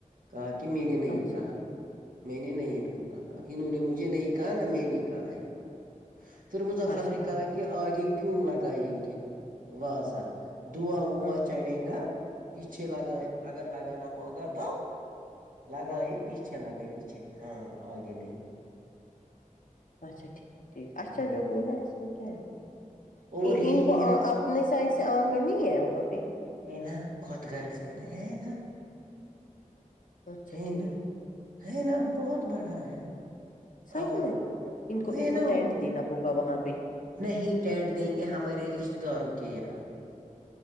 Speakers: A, on the right; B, on the left.
A: کہا کہ میں نے نہیں
B: اچھا
A: کہا میں نے نہیں ان کو کہا انہوں نے مجھے نہیں کہا نہ میں نے کہا ان کو پھر مظفر
B: اچھا
A: نے
B: ٹھیک
A: کہا کہ آگے کیوں لگائیں گے واضح دواں وواں
B: ہوں
A: چڑھے گا پیچھے لگا اگر لگانا ہوگا تو لگائے پیچھے لگائے پیچھے ہاں آگے نہیں
B: اچا ٹھیک ٹھیک اچھا
A: ہ
B: ج گ ن <unintelligible>
A: اور
B: ان
A: یہی
B: کو
A: ہے نا
B: اپنے سائڈ سے آنگن نہیں ہے وہاں پہ
A: <unintelligible>
B: اچھا
A: ہ
B: ٹھیک
A: نہ ہے نہ اب بہت بڑا ہے
B: سچ
A: وہ
B: میں ان کو
A: ہے
B: ان کو
A: نا
B: ٹینٹ دینا ہوگا وہاں پہ
A: نہیں ٹینٹ دیں گے ہمارے رشتتے داروں کے یہاں